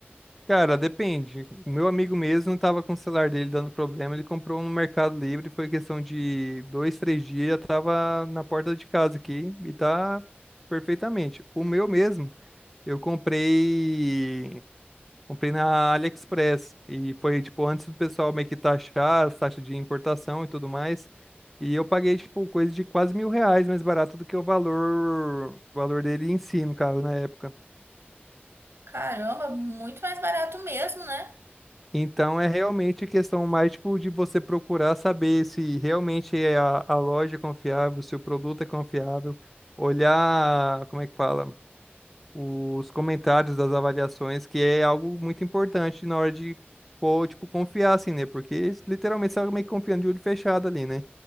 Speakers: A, in the centre; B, on the right.
A: Cara, depende. O meu amigo mesmo estava com o celular dele dando problema, ele comprou um no Mercado Livre, foi questão de dois, três dias, já tava na porta de casa aqui e tá perfeitamente. O meu mesmo. Eu comprei. Comprei na AliExpress. E foi, tipo, antes do pessoal meio que taxar as taxas de importação e tudo mais. E eu paguei, tipo, coisa de quase mil reais mais barato do que o valor, o valor dele em si, no caso, na época.
B: Caramba, muito mais barato mesmo, né?
A: Então é realmente questão mais, tipo, de você procurar saber se realmente é a, a loja é confiável, se o produto é confiável, olhar, como é que fala? os comentários das avaliações, que é algo muito importante na hora de, pô, tipo, confiar, assim, né? Porque eles literalmente você tá meio que confiando de olho fechado ali, né?